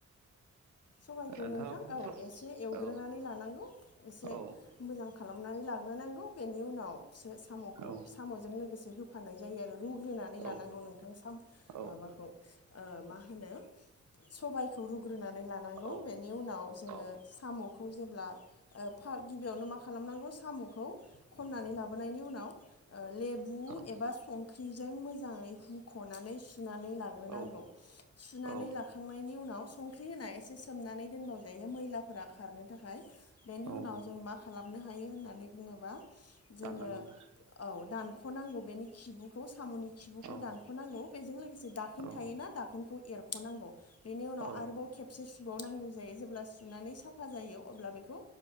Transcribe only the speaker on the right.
नोंथाङा
औ
औ
औ
औ
औ
औ
औ
औ
औ
औ
औ
दाननांगौना
औ
औ
औ